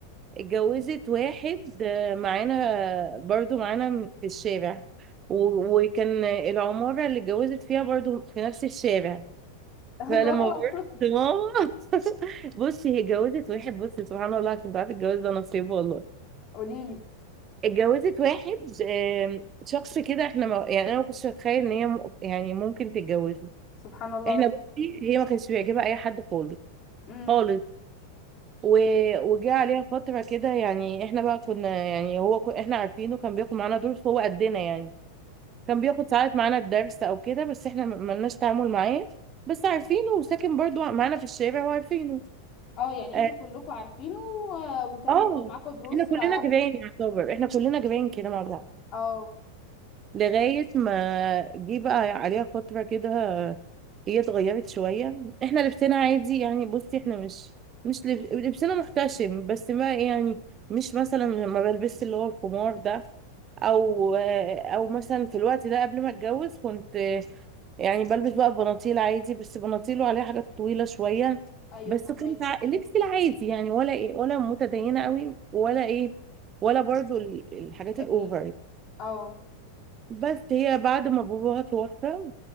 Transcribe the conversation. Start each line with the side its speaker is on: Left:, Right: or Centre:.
Right: اتجوزت واحد آه، معانا برضو معانا من- في الشارع و- وكان العمارة اللي اتجوزت فيها برضو في نفس الشارع
Left: الله
Right: فلما بروح لماما <laughs> بصي هي اتجوزت واحد بصي سبحان الله عشان تعرفي الجواز ده نصيب والله
Left: قولي لي
Right: اتجوزت واحد آم، شخص كده احنا ما يعني انا ما كنتش اتخيل ان هي م- يعني ممكن تتجوزه
Left: سبحان الله
Right: احنا بصي هي ما كانش بيعجبها اي حد خالص
Left: امم
Right: خالص و... وجه عليها فتره كده يعني احنا بقى كنا يعني هو ك... احنا عارفينه كان بياخد معانا دروس هو قدنا يعني كان بياخد ساعات معانا الدرس او كده بس احنا ما لناش تعامل معاه بس عارفينه وساكن برضو معانا في الشارع وعارفينه
Left: اه يعني
Right: اه
Left: انتوا كلكم عارفينه و- وكان
Right: آه،
Left: بياخد معاكم دروس
Right: احنا كلنا
Left: ف
Right: جيران يعتبر احنا كلنا جيران كده مع بعض
Left: اه
Right: لغاية ما جه بقى عليها فترة كده هي اتغيرت شوية احنا لبسنا عادي يعني بصي احنا مش مش لب- لبسنا محتشم بس ما يعني مش مثلا ما بلبس اللي هو الخمار ده او او مثلا في الوقت ده قبل ما اتجوز كنت يعني بلبس بقى بناطيل عادي بس بناطيل وعليها حاجات طويلة شوية
Left: ايوه
Right: بس
Left: فهمك
Right: كنت ع- لبسي العادي يعني ولا ايه ولا متدينة قوي ولا ايه ولا برضو ال- الحاجات
Left: ال...
Right: الاوفر
Left: اه
Right: بس هي بعد ما باباها توفى